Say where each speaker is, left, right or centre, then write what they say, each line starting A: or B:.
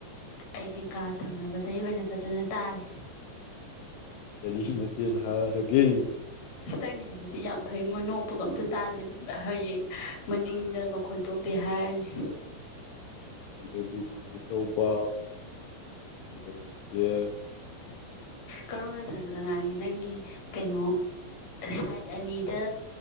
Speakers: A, on the left; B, on the left.
A: ꯑꯩꯗꯤ ꯀꯥ ꯊꯪꯅꯕꯗꯩ ꯑꯣꯏꯅ ꯐꯖꯅ ꯇꯥꯔꯦ
B: ꯀꯔꯤ ꯃꯊꯦꯜ ꯍꯥꯥꯔꯒꯦ
A: ꯏꯁ ꯅꯪꯒꯤꯗꯨꯗꯤ ꯌꯥꯝ ꯐꯩꯉꯣꯏ ꯅꯣꯛꯄꯒ ꯑꯝꯇ ꯇꯥꯗꯦ ꯍꯌꯦꯡ ꯃꯅꯤꯡꯗ ꯃꯈꯣꯟ ꯊꯣꯛꯇꯦ ꯍꯥꯏꯔꯅꯤ
B: ꯑ ꯑꯗꯨꯗꯤ ꯀꯃꯥꯏꯅ ꯇꯧꯕ ꯀꯩꯗꯧꯁꯤꯒꯦ
A: ꯀꯔꯣꯝꯅ ꯊꯥꯡꯗꯅ ꯉꯥꯡꯉꯦ ꯅꯪꯒꯤ ꯀꯩꯅꯣ ꯁꯥꯏꯠ ꯑꯅꯤꯗ